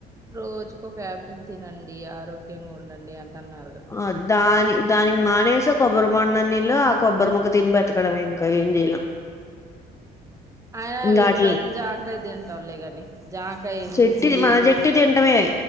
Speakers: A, on the right; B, on the left.
A: రోజు బక్కొక యాపిల్ తినఅండి ఆరోగ్యంగా ఉండ అండి అంటఅన్ న్నారుగా
B: ఆ దాని దానికి మానేసి కొబ్బరి బొండం నీళ్ళో ఆ కొబ్బరి మొక్క తిని బతకడం మే ఇంకా ఏం చెయలేమ్
A: ఆయన
B: ఇంగ
A: వీటి
B: ఆటిల్ని
A: బదులు జామ్ కాయ్ తింటావులే గాని జామ్ కాయ్
B: చెట్టు
A: మించిఇంది
B: మన
A: ఏది
B: చెట్టు తింటమే